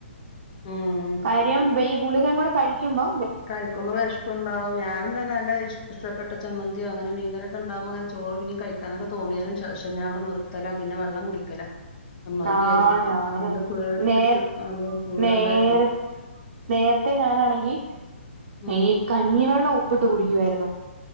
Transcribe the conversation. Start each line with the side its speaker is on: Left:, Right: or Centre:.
Left: ഉം
Right: കാര്യംഇ ഗുളിക കൂടെ കഴിക്കുമ്പോ
Left: കഴികുമ്പോ വിശ വിശപ്പ് ഉണ്ടാവും ഞാനും തന്നെല്ല ഇഷ്ടപെട്ട ചമ്മന്തിയോ അങ്ങനെ മീൻ കറിയൊക്കെ ഉണ്ടാവ അങ്ങന ചോ പിന്ന കഴിക്ക കഴിക്കാനൊക്കെ തോന്നിയാലും ശേഷം ഞാൻ അവിടെ നിർത്തല പിന്നെ വെള്ളം കുടിക്കല മതി
Right: ആഹ്
Left: എഴുതിയിട്ട്
Right: ഞാനും
Left: ഉണ്ട് പേടിച്ചിട്ട്
Right: നേര
Left: ആ കൂടണ്ട
Right: നേര
Left: കരുതിട്ട്
Right: നേരത്തെ ഞാനാണെങ്കിൽ
Left: ഉം
Right: ഈ കഞ്ഞിവെള്ളം ഉപ്പിട്ട് കുടിക്കുവായിരുന്നു